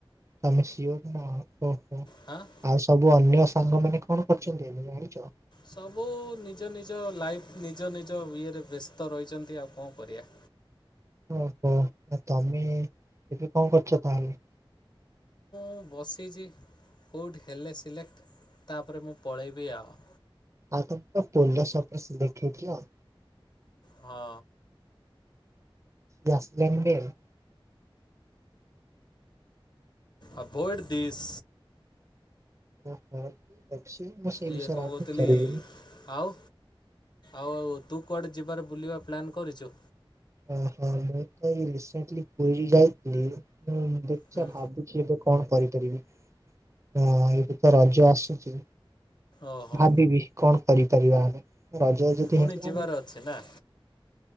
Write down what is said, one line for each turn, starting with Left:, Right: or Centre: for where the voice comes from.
Right: ତମେ ସ୍ୟୁର୍ ନାହଁ। ଓହୋ
Left: ହାଁ
Right: ଆଉ ସବୁ ଅନ୍ୟ ସାଙ୍ଗମାନେ କଣ କରିଛନ୍ତି ଏବେ ଜାଣିଛ।
Left: ସବୁ ନିଜ ନିଜ ଲାଇଫ୍ ନିଜ ନିଜ ଇଏରେ ବ୍ୟସ୍ତ ରହିଛନ୍ତି ଆଉ କଣ କରିବା।
Right: ଓହୋ ତମେ ଏବେ କଣ କରୁଛ ତାହେଲେ।
Left: ମୁଁ ବସିଛି କେଉଁଠି ହେଲେ ସିଲେକ୍ଟ୍ ତାପରେ ମୁଁ ପଳେଇବି ଆଉ।
Right: ଆ ମୁ ପହଲ ସପର୍ସ <unintelligible> ଦେଖିକି ଆଉ
Left: ହଁ।
Right: ଜ ଲ ବେଲ <unintelligible>
Left: ଅଭଏଡ଼ ଦିଶ
Right: ଓହୋ ଟକି ଅଛି ମୁ ସେବିଶ୍ୟରେ
Left: ଇଏ କ'ଣ କହୁଥିଲି
Right: ପଚାରିବି।
Left: ଆଉ ଆଉ ତୁ କୁଆଡ଼େ ଯିବାରେ ବୁଲିବା ପ୍ଲାନ୍ କରିଛୁ।
Right: ଅ ହଁ ମୁଁ ତ ଏଇ ରିସେଣ୍ଟଲି ପୁରୀ ଯାଇଥିଲି। ଦେଖିବା
Left: ହୁଁ
Right: ଭାବୁଛି ଏବେ କଣ କରିପାରିବି। ହଁ ଏଇଠୁ ତ ରଜ ଆସୁଛି।
Left: ଓହୋ
Right: ଭାବିବି କଣ କରିପାରିବା ଆମେ ରାଜାଛି
Left: ପୁଣି
Right: ତିହାସ
Left: ଯିବାର
Right: <unintelligible>
Left: ଅଛି ନା